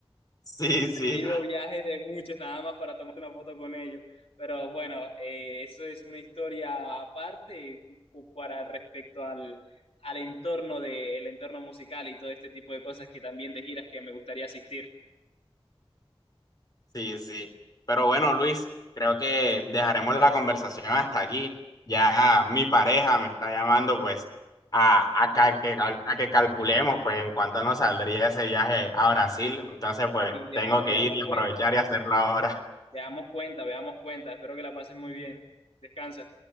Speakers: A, on the left; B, on the left.
A: Sí, sí.
B: Ha sido viaje de muchos nada más para tomar una foto con ellos. Pero bueno, eh, eso es una historia aparte cu- para respecto al, al entorno de, el entorno musical y todo este tipo de cosas que también de giras que me gustaría asistir.
A: Sí, sí. Pero bueno, Luis, creo que dejaremos la conversación hasta aquí. Ya mi pareja me está llamando pues a,
B: Así
A: a ca-
B: que,
A: que, cal- a que calculemos pues en cuánto nos saldría ese viaje a Brasil. Entonces pues
B: Y veamos,
A: tengo que
B: veamos
A: ir y aprovechar
B: cuenta,
A: y hacerlo ahora.
B: veamos cuenta, veamos cuenta. Espero que la pases muy bien. Descansa.